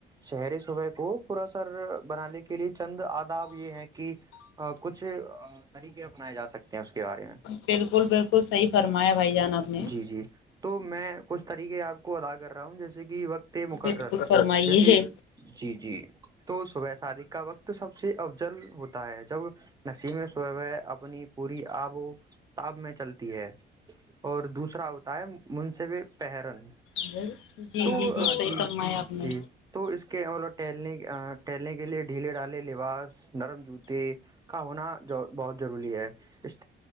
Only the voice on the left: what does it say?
بالکل بالکل صحیح فرمایا بھائی جان آپ نے
بالکل فرمائیے
جی
جی صحیح
فرمایا آپ نے